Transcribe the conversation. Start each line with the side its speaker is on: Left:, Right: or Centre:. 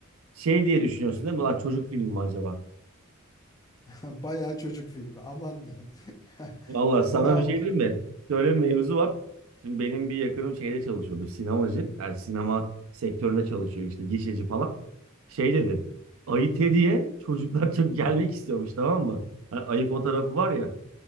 Right: şey diye düşünüyorsun değil mi? Lan çocuk filmi mi acaba?
Left: <laughs> Bayağı çocuk filmi. Aman diyeyim. <laughs>
Right: Valla sana
Left: Ona
Right: bir şey diyeyim mi? Şöyle bir mevzu var. Şimdi benim bir yakınım şeyde çalışıyordu. Sinemacı. Yani sinema sektöründe çalışıyor işte. Gişeci falan. Şey dedi. Ayı Teddy'ye çocuklar çok gelmek istiyormuş tamam mı? Hani ayı fotoğrafı var ya.